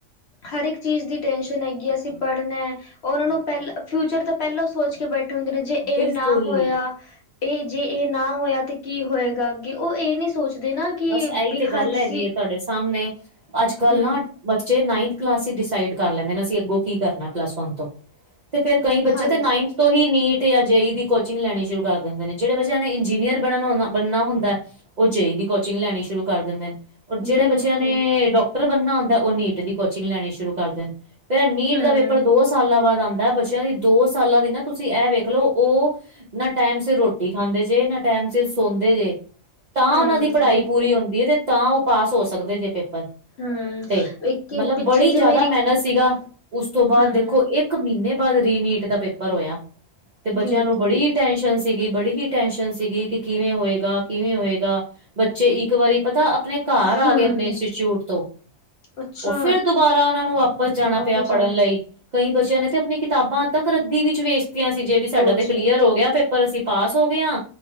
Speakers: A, on the left (about 55°); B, on the right (about 40°).
A: ਹਰ ਇੱਕ ਚੀਜ਼ ਦੀ ਟੈਂਨਸ਼ਨ ਹੈਗੀ ਅਸੀਂ ਪੜ੍ਹਨਾ ਔਰ ਉਹਨਾਂ ਨੂੰ ਪੈਲਾਂ ਫਿਊਚਰ ਤਾਂ ਪੈਲੋ ਸੋਚ ਕੇ ਬੈਠੇ ਹੁੰਦੇ ਨੇ ਜੇ ਇਹ
B: ਬਿਲਕੁਲ
A: ਨਾ ਹੋਇਆ ਇਹ ਜੇ ਇਹ ਨਾ ਹੋਇਆ ਤੇ ਕੀ ਹੋਏਗਾ ਅੱਗੇ ਉਹ ਇਹ ਨੀ ਸੋਚਦੇ। ਨਾ ਕਿ
B: ਬਸ ਇਹੀ
A: ਵੀ
B: ਤੇ
A: ਹਾਂਜੀ
B: ਗੱਲ ਹੈਗੀ ਏ। ਤੁਹਾਡੇ ਸਾਹਮਣੇ ਅੱਜ ਕੱਲ੍ਹ
A: ਹਮ
B: ਨਾ ਬੱਚੇ ਨਾਈਨਥ ਕਲਾਸ ਚ ਡਿਸਾਈਡ ਕਰ ਲੈਂਦੇ ਨੇ ਅਸੀਂ ਅੱਗੋਂ ਕੀ ਕਰਨਾ ਪਲੱਸ ਵਨ ਤੋਂ ਤੇ ਫੇਰ ਕਈ ਬੱਚੇ
A: ਹਾਂਜੀ
B: ਤੇ ਨਾਈਨਥ ਤੋਂ ਹੀ ਨੀਟ ਤੇ ਆ ਜੇ ਈ ਦੀ ਕੋਚਿੰਗ ਲੈਣੀ ਸ਼ੁਰੂ ਕਰ ਦਿੰਦੇ ਨੇ ਜਿਹੜੇ ਬੱਚਿਆਂ ਨੇ ਇੰਜੀਨੀਅਰ ਬਣਨਾ ਹੁੰਦਾ ਹੈ ਉਹ ਜੇ ਦੀ ਕੋਚਿੰਗ ਲੈਣੀ ਸ਼ੁਰੂ ਕਰ ਦਿੰਦੇ ਜਿਹੜੇ
A: ਬਿਲਕੁਲ
B: ਬੱਚਿਆਂ ਨੇ ਡਾਕਟਰ ਮਤਲੱਬ ਉਹਨਾਂ ਹੁੰਦਾ ਉਹ ਨੀਟ ਦੀ ਕੋਚਿੰਗ ਲੈਣੀ ਸ਼ੁਰੂ ਕਰ ਦੇਣ ਫੇਰ ਨੀਟ
A: ਹਮ
B: ਦਾ ਪੇਪਰ ਦੋ ਸਾਲਾਂ ਬਾਅਦ ਆਉਂਦਾ ਬੱਚਿਆਂ ਦੀ ਦੋ ਸਾਲਾਂ ਦੀ ਨਾ ਤੁਸੀਂ ਇਹ ਵੇਖ ਲਓ ਉਹ ਨਾ ਟਾਈਮ ਸਿਰ ਰੋਟੀ ਖਾਂਦੇ ਜੇ ਨਾ ਟਾਈਮ ਸਿਰ ਸੋਂਦੇ ਜੇ ਤਾਂ
A: ਹਮ
B: ਉਹਨਾਂ ਦੀ ਪੜ੍ਹਾਈ
A: ਬਿਲਕੁਲ
B: ਪੂਰੀ ਹੁੰਦੀ ਹੈ ਤੇ ਤਾਂ ਉਹ ਪਾਸ ਹੋ ਸਕਦੇ ਜੇ ਪੇਪਰ
A: ਹਮ
B: ਤੇ,
A: ਇੱਕ
B: ਮਤਲਬ
A: ਪਿੱਛੇ
B: ਬੜੀ
A: ਜੇ
B: ਜਾਦਾ
A: ਮੇਰੀ
B: ਮੇਹਨਤ ਸੀਗਾ
A: ਹ
B: ਉਸ ਤੋਂ ਬਾਅਦ
A: ਹਮ
B: ਦੇਖੋ ਏਹ ਇੱਕ ਮਹੀਨੇ ਬਾਅਦ ਰੀ ਨੀਟ ਦਾ ਪੇਪਰ ਹੋਇਆ ਤੇ ਬੱਚਿਆਂ
A: ਬਿਲਕੁਲ
B: ਨੂੰ ਬੜੀ ਟੈਸ਼ਨ ਸੀਗੀ ਬੜੀ ਹੀ, ਟੈਸ਼ਨ ਸੀਗੀ ਕਿ ਕਿਵੇਂ ਹੋਏਗਾ, ਕਿਵੇਂ ਹੋਏਗਾ ਬੱਚੇ ਇੱਕ ਵਾਰੀ ਪਤਾ ਆਪਣੇ ਘਰ ਆ
A: ਹਮ
B: ਗਏ ਆਪਣੇ ਇੰਸਟੀਚਿਊਟ ਤੋਂ
A: ਅੱਛਾ
B: ਉਹ ਫਿਰ ਦੁਬਾਰਾ ਉਹਨਾਂ ਨੂੰ ਵਾਪਸ ਜਾਣਾ
A: ਬਾਬਾ
B: ਪਿਆ
A: ਜਾਨਾ
B: ਪੜ੍ਹਨ ਲਈ ਕਈ ਬੱਚਿਆਂ ਨੇ ਤੇ ਆਪਣੀ ਕਿਤਾਬਾਂ ਤੱਕ ਰੱਦੀ ਵਿੱਚ ਵੇਚਤੀਆਂ ਸੀ ਜੇ, ਵੀ ਸਾਡਾ
A: ਲੋ
B: ਤੇ ਕਲੀਅਰ
A: ਜੀ
B: ਹੋ ਗਿਆ ਪੇਪਰ, ਅਸੀਂ ਪਾਸ ਹੋ ਗਏ ਆ,